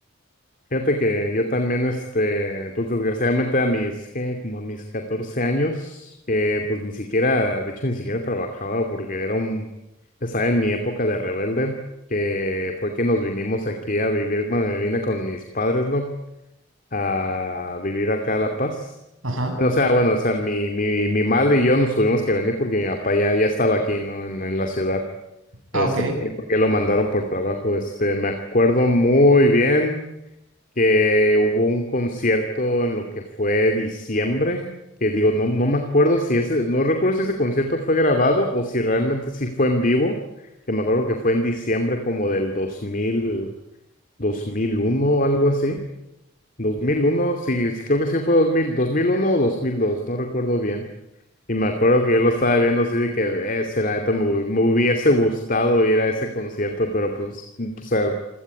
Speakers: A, on the left; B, on the right.
A: Fíjate que yo también, este, pues desgraciadamente a mis, ¿qué? Como a mis 14 años, que pues ni siquiera, de hecho ni siquiera trabajaba porque era un, estaba en mi época de rebelde, que fue que nos vinimos aquí a vivir, bueno, me vine con mis padres, ¿no? A vivir acá a La Paz.
B: Ajá.
A: Bueno, O sea, bueno, o sea, mi, mi, mi madre y yo nos tuvimos que venir porque mi papá ya, ya estaba aquí, ¿no? En, en la ciudad,
B: Ah,
A: este,
B: ok.
A: porque, porque lo mandaron por trabajo, este, me acuerdo muy bien que hubo un concierto en lo que fue diciembre, que digo, no, no me acuerdo si ese, no recuerdo si ese concierto fue grabado o si realmente sí fue en vivo, que me acuerdo que fue en diciembre como del 2000, 2001 o algo así. dos mil uno sí, sí, creo que sí fue dos dos mil dos mil uno o dos mil dos no recuerdo bien. Y me acuerdo que yo lo estaba viendo así de que, eh, si la neta me, hu- me hubiese gustado ir a ese concierto, pero pues, o sea,